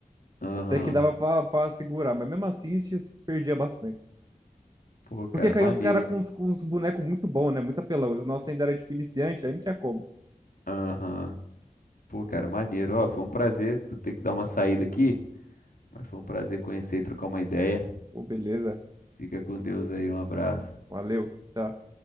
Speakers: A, on the left; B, on the right.
A: Aham.
B: até que dava pra, pra segurar. Mas mesmo assim, a gente perdia bastante.
A: Pô, cara,
B: Porque caíam
A: maneiro.
B: os caras com os com uns bonecos muito bons, né? Muito apelão. Os nossos ainda era tipo iniciante, aí não tinha como.
A: Aham. Pô, cara, maneiro. Ó, foi um prazer. Vou ter que dar uma saída aqui, mas foi um prazer conhecer e trocar uma ideia.
B: Ô, beleza.
A: Fica com Deus aí, um abraço.
B: Valeu. tchau.